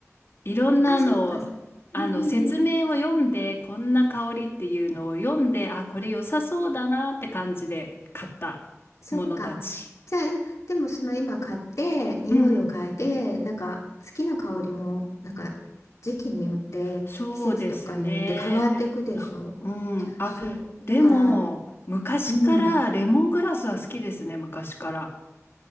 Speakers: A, on the left (about 50°); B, on the left (about 80°).
A: いろんなのを、
B: あ、そうか。うんうんうん。
A: あの、説明を読んで、こんな香りっていうのを読んで、あ、これ良さそうだなって感じで買ったものたち。
B: そっか。じゃあ、いでもその今買って、匂いを嗅いで、
A: うんうん。
B: なんか好きな香りも、なんか時期によって、
A: そうですね。
B: 季節とかによって変わっていくでしょ
A: うん。あ、
B: そう。
A: でも、
B: だから、
A: 昔からレモングラスは好きですね、
B: うん。
A: 昔から。